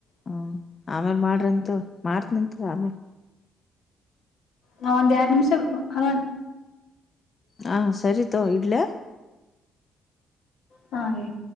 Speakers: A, on the left (about 40°); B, on the left (about 75°).
A: ಹ ಆಮೇಲ್ ಮಾಡ್ರಂತ ಮಾಡ್ತನಂತ ಆಮೇಲ್
B: ನ ಒಂದ ಯಾಡ್ ನಿಮಿಷ ಅ
A: ಹ ಸರಿ ತೋ ಇಡ್ಲ
B: ಹಾ ಹೇಳ